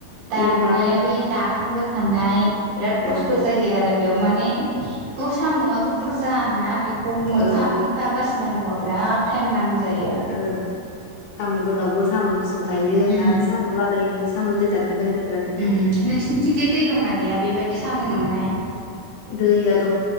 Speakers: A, on the right; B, on the left.
A: दाननाय
B: एर माबा
A: बै दाखोनबोखानाय बिराद खस्थ'
B: ओ
A: जायो आरो। बेयाव माने द साम'वाथ' बुरजा बेखौ मोनफा
B: औ
A: मोनफा बासि नांगौ आ बिराद टाइम नांगौ। जायो
B: औ साम' गोलावबो साम' गुसुं थायो
A: उम
B: आरो साम' लादाय साम' लादाय जाफेरबायना जाफेराखै नोंलाय
A: उम नोंसिनिथिंजाय दै दंना गैया बेबायदि साम' मोननाय?
B: दैया दंङ